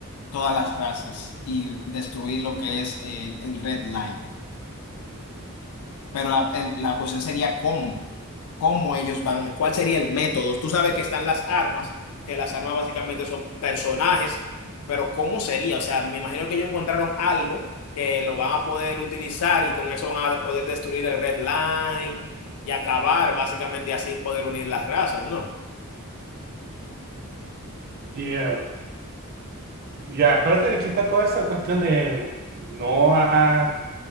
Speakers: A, on the left; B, on the right.
A: todas las razas y destruir lo que es el, el Red Line. Pero la, el- la cuestión sería cómo, cómo ellos van, cuál sería el método. Tú sabes que están las armas, que las armas básicamente son personajes, pero ¿cómo sería? O sea, me imagino que ellos encontraron algo que lo van a poder utilizar y con eso van a poder destruir el Red Line y acabar básicamente y así poder unir las razas, ¿no?
B: y, eh, y aparte de que está toda esa cuestión de Noah